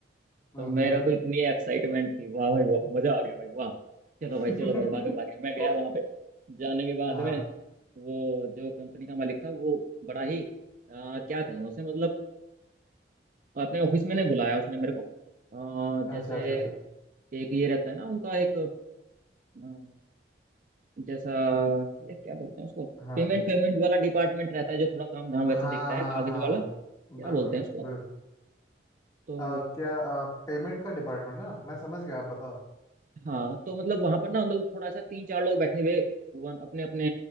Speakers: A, on the left; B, on the right.
A: हम्म
B: तो मेरे को इतनी एक्साइटमेंट थी वाह भाई वाह मजा आ गया भाई वाह चलो
A: हम्म।
B: भाई चलो भाई भागे भागे मैं गया
A: <laughs>
B: वहां पे जाने के बाद
A: हाँ
B: में वो जो कंपनी का मालिक था वो बड़ा ही अ, क्या कहें उसे मतलब अपने ऑफिस में नहीं बुलाया उसने मेरे को अ, जैसे
A: अच्छा अच्छा अच्छा
B: एक ये रहता है ना उनका एक अम, जैसा ये क्या बोलते हैं उसको
A: हाँ
B: पेमेंट पेमेंट वाला डिपार्टमेंट रहता है जो थोड़ा काम धाम वैसे
A: हाँ
B: देखता है
A: हाँ
B: कागज
A: हाँ
B: वाला क्या
A: बिल्कुल
B: बोलते हैं उसको
A: बिल्कुल
B: तो
A: अ, क्या पेमेंट का डिपार्टमेंट ना मैं समझ गया आप बताओ
B: हाँ तो मतलब वहां पर ना मतलब थोड़ा सा तीन चार लोग बैठे हुए वन अपने अपने